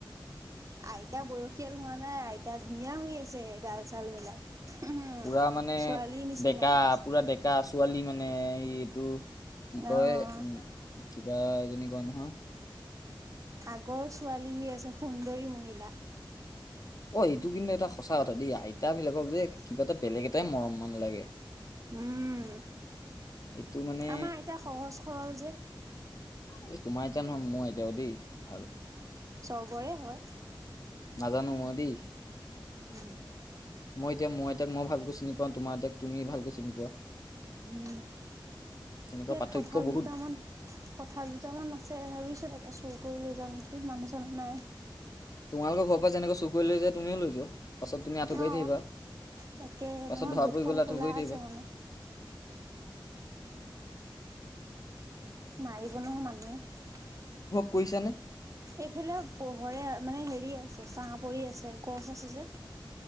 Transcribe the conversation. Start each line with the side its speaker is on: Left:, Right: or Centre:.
Right: আইতা বয়সীয়াল হোৱা নাই আইতা ধুনীয়া হৈ আছে গাল চাল বিলাক উম
Left: পুৰা মানে
Right: ছোৱালীৰ নিচিনা
Left: ডেকা পুৰা ডেকা ছোৱালী মানে এইটো কি কয়
Right: অ'।
Left: উম বা এজনী কয় নহয়
Right: আগৰ ছোৱালী হৈ আছে সুন্দৰী মহিলা
Left: অ এইটো কিন্তু এটা সঁচা কথা দেই আইতা বিলাকক যে কিবা এটা বেলেগ এটাই মৰম মান লাগে
Right: উম
Left: এইটো মানে
Right: আমাৰ আইতা সহজ সৰল যে
Left: এ তোমাৰ আইতা নহ'য় মুৰ আইতাও দেই ভাল
Right: চবৰে হয়
Left: নাজানো মদেই
Right: উম
Left: মই এতিয়া মুৰ আইতাক মই ভালকৈ চিনি পাওঁ তোমাৰ আইতাক তুমি ভালকৈ চিনি পোৱা
Right: উম
Left: তেনেকুৱা
Right: ইয়াত
Left: পাৰ্থক্য
Right: কঁঠাল
Left: বহুত
Right: দুটামান কঁঠাল দুটামান আছে ভাবিছো তাকে চুৰ কৰি লৈ যাও নেকি সেই মানুহ- চানু নাই
Left: তোমালোকৰ ঘৰ পৰা যেনেকৈ চু কৰি লৈ যায় তুমও লৈ যোৱা পাছত তুমি আঁঠু কাঢ়ি
Right: অ
Left: থাকিবা
Right: তাকে
Left: পাছত
Right: নহয়
Left: ধৰা
Right: গেটখন
Left: পৰি গ'লে আঁঠু
Right: খোলা
Left: কাঢ়ি থাকিবা
Right: আছে মানে মাৰিব নহয় মানুহে
Left: কৈছানে
Right: এইফালে পোহৰে মানে হেৰি আছে ছাহ পৰি আছে গছ আছে যে